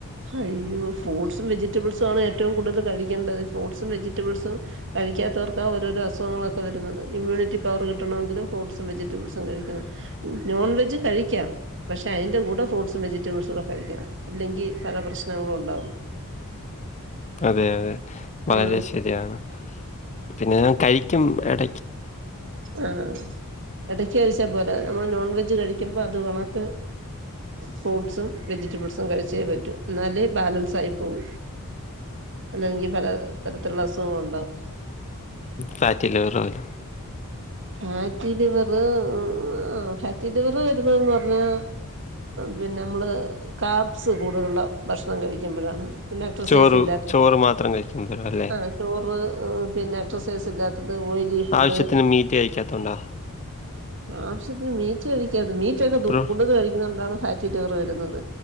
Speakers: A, on the right (about 60°); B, on the left (about 30°).
A: അയ്യോ ഫ്രൂട്ട്സും വെജിറ്റബിൾസും ആണ് ഏറ്റവും കൂടുതൽ കഴിക്കേണ്ടത് ഫ്രൂട്ട്സും വെജിറ്റബിൾസും ക കഴിക്കാവർക്കാണ് ഓരോരസുഖങ്ങളൊക്കെ വരുന്നത് ഇമ്മ്യൂണിറ്റിപവർ കിട്ടണമെങ്കില് ഫ്രൂട്ട്സും വെജിറ്റബിൾസും കഴിക്കണം നോൺ വെജ് കഴിക്കാം പക്ഷെ അതിന്റെ കൂടെ ഫ്രൂട്ട്സും വെജിറ്റബിൾസും കൂടെ കഴിക്കണം ഇല്ലെങ്കിൽ പല പ്രശ്നങ്ങളും ഉണ്ടാവും
B: അതെ അതെ വളരെ
A: ആഹ്
B: ശരിയാണ് പിന്നെ ഞാൻ കഴിക്കും എട
A: ആഹ എടക്ക് കഴിച്ചാ പോരാ നമ്മൾ നോൺ വെജ് കഴിക്കുമ്പോ അത് കണക്ക് ഫ്രൂട്ടസും വെജിറ്റബിൾസും കഴിച്ചേ പറ്റൂ എന്നാല് ബാലൻസ് ആയി പോവു അല്ലെങ്കിൽ പല തരത്തിലുള്ള അസുഖങ്ങളു ണ്ടാവും
B: ഫാറ്റി ലിവർ പോലെ
A: <inaudible> ഫാറ്റി ലിവർ ആ ഫാറ്റി ലിവർ വരുന്നന്ന് പറഞ്ഞാ പി നമ്മള് കാർ്സ് കൂടുതലുള്ള ഭക്ഷണം കഴിക്കുമ്പോഴാണ് പിന്നെ എക്സസൈസ്
B: ചോറ്
A: ഇല്ലാത്തത്
B: ചോറ് മാത്രം കഴിക്കും പോലും അല്ലേ
A: ആ ചോറ് പിന്നെ എക്സസൈസ് ഇല്ലാത്തത് ഓയിലി ഫുഡ്
B: ആവശ്യത്തിന് മീറ്റ് കഴിക്കാത്തോണ്ടാ
A: ആവശ്യത്തിന് മീ മീറ്റ് കഴിക്കര്ത് മീറ്റൊക്കെ
B: പ്രോ
A: കൂടുതൽ കഴിക്കുന്ന കൊണ്ടാണ് ഫാറ്റി ടവർ വരുന്നത്